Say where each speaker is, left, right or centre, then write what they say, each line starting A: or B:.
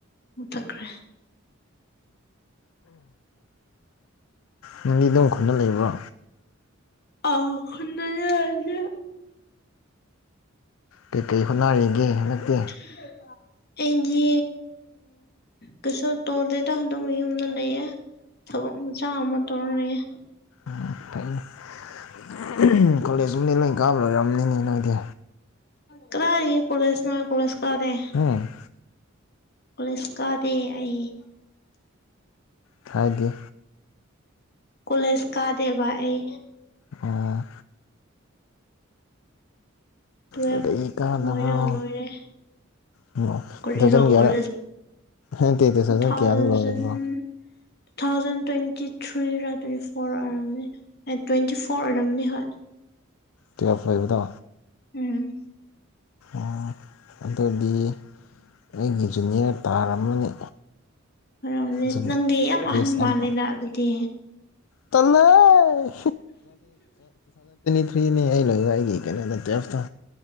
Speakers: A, on the left; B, on the left.
A: ꯃꯨꯠꯊꯈ꯭ꯔꯦ
B: ꯅꯪꯗꯤ ꯑꯗꯨꯝ ꯈꯨꯟꯗ ꯂꯩꯕ꯭ꯔꯣ
A: ꯑꯧ ꯈꯨꯟꯗ ꯂꯩꯌꯦ
B: ꯀꯩꯀꯩ ꯍꯣꯠꯅꯔꯤꯒꯦ ꯍꯟꯗꯛꯇꯤ
A: ꯀꯤꯖꯩꯅꯥ ꯑꯩꯗꯤ ꯀꯁꯨ ꯇꯣꯗꯦꯗ ꯑꯗꯨꯝ ꯌꯨꯝꯗ ꯂꯩꯌꯦ ꯊꯕꯛ ꯃꯆꯥ ꯑꯃ ꯇꯧꯔ ꯂꯩꯌꯦ
B: ꯎꯝ ꯐꯩꯅꯦ ꯀꯣꯂꯦꯖ ꯑꯨꯝꯗꯤ ꯂꯣꯏ ꯀꯥꯕ ꯂꯣꯏꯔꯝꯅꯤꯅꯦ ꯅꯣꯏꯗꯤ
A: ꯀꯔꯥꯏꯔꯒꯤ ꯀꯣꯂꯦꯁꯅꯣ ꯀꯣꯂꯦꯁ ꯀꯥꯗꯦ
B: ꯎꯝ
A: ꯀꯣꯂꯦꯁ ꯀꯥꯗꯦ ꯑꯩ
B: ꯊꯥꯒꯦ
A: ꯀꯣꯂꯦꯖ ꯀꯥꯗꯦꯕ ꯑꯩ
B: ꯑꯣ
A: ꯇꯨꯋꯦꯞ
B: ꯑꯗꯒꯤ ꯀꯥꯗꯕ꯭ꯔꯣ
A: ꯂꯣꯏꯔꯒ ꯂꯣꯏꯔꯦ
B: ꯎꯝ
A: ꯀꯔꯤꯔꯣ
B: ꯇꯨ ꯊꯥꯎꯖꯟ ꯀꯌꯥꯗ
A: ꯀꯣꯂꯦꯁ
B: ꯅꯠꯇꯦ
A: ꯇꯨ ꯊꯥꯎꯖꯟ
B: ꯀꯌꯥꯗ ꯂꯣꯏꯕ꯭ꯔꯣ
A: ꯇꯨ ꯊꯥꯎꯖꯟ ꯇ꯭ꯋꯦꯟꯇꯤ ꯊ꯭ꯔꯤ ꯔꯥ ꯇ꯭ꯋꯦꯟꯇꯤ ꯐꯣꯔꯔꯥ ꯑꯣꯏꯔꯝꯒꯅꯤ ꯑꯦ ꯇ꯭ꯋꯦꯟꯇꯤ ꯐꯣꯔ ꯑꯣꯏꯔꯝꯅꯤ ꯍꯣꯏ
B: ꯇꯨꯌꯦꯐ ꯑꯣꯏꯕꯗꯣ
A: ꯎꯝ
B: ꯑꯣ ꯑꯗꯨꯗꯤ ꯑꯩꯒꯤ ꯖꯨꯅꯤꯌꯔ ꯇꯥꯔꯝꯃꯅꯤ
A: ꯑꯣꯏꯔꯝꯅꯤ
B: ꯖꯨꯟ
A: ꯅꯪꯗꯤ ꯌꯥꯝ ꯑꯍꯟ
B: ꯕꯦꯁ
A: ꯃꯥꯜꯂꯦꯅ
B: ꯑꯃ
A: ꯑꯗꯨꯗꯤ
B: ꯇꯜꯂꯦ <unintelligible> ꯐ꯭ꯔꯤꯅꯦ ꯑꯩ ꯂꯩ ꯑꯩꯒꯤ ꯀꯩꯅꯣꯗ ꯇꯨꯌꯦꯜꯐꯇꯣ